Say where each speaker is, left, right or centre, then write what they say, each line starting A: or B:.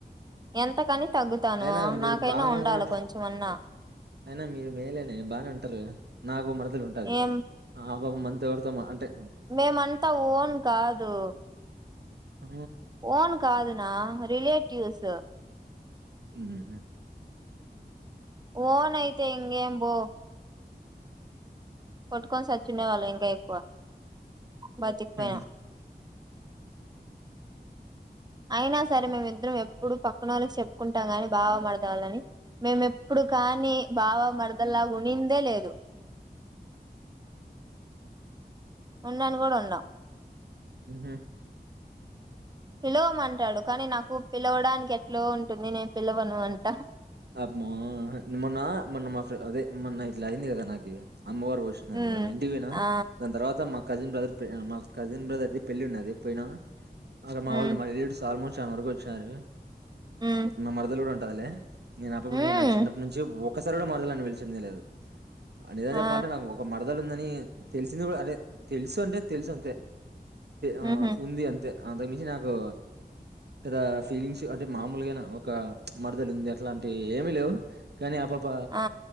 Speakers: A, on the right (about 25°); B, on the right (about 80°).
A: ఎంతకని తగ్గుతానూ
B: అయినా మీరు
A: నాకైనా
B: బాగా
A: ఉండాలి
B: మాట్లా
A: కొంచెమన్నా
B: అయినా మీరు మేలేనే బానే ఉంటారుగా నాకు మరదలు ఉంటాది
A: ఏం
B: ఆ బాబ మంతో ఎవడ్తో మీ అంతే
A: మేమంతా ఓన్ కాదు
B: ఊ
A: ఓన్ కాదు నా రిలేటివ్స్
B: ఉహుహు
A: ఓన్ ఐతే ఇంగేం బో కొట్టుకోని సచ్చుండే వాళ్ళు ఇంకా ఎక్కువ బతిక్పోయా
B: హ్మ్.
A: అయినా సరే మేమిద్దరం ఎప్పుడు పక్కనోళ్ళకి చెప్పుకుంటాం గాని బావా మరదళ్ళని మేము ఎప్పుడు కానీ బావ మరదల్లాగ ఉండిందే లేదు <inaudible> ఉండని గూడా ఉండ
B: ఉహు
A: పిలవమంటాడు కానీ నాకు పిలవడానికె లో ఉంటుంది నేను పిలవను అంటా
B: అబ్మో మొన్నా మొన్న మా ఫ్ర్ అదే మొన్న ఇట్లా అయింది గదా నాకి అమ్మవారు వోశినార్
A: మ్మ్
B: గదా ఇంటి వొయినా
A: ఆ
B: దాని తర్వాత మా కజిన్ బ్రదర్ ప్రె అ మా కజిన్ బ్రదర్ ది పెళ్లి ఉన్నది పోయినా ఆడ మా
A: మ్మ్
B: వాళ్ మా <unintelligible> స్ ఆల్మో చాం వరకు వచ్చారు
A: మ్మ్
B: నా మరదలు గూడా ఉంటాదిలే నేను అప్పుడు గూ
A: మ్మ్
B: నే నా చిన్నప్పటి నుంచి ఒక్కసారి గూడా మరదలని పిలిచిందే లేదు, అ నిదం
A: ఆ
B: చెప్పాలంటే నాకు ఒక మర్. దలు ఉందనీ తెలిసింది గూడా అదే తెలుసు అంటే తెలుసు అంతే
A: మ్హూ
B: ఆ ఉంది అంతే అంతకుమించి నాకూ పెద్ద ఫీలింగ్స్ అంటే మామూలుగానె ఒక మరదలు ఉంది అట్ ట్లాంటివి ఏమీ లేవు కానీ ఆ పప
A: ఆ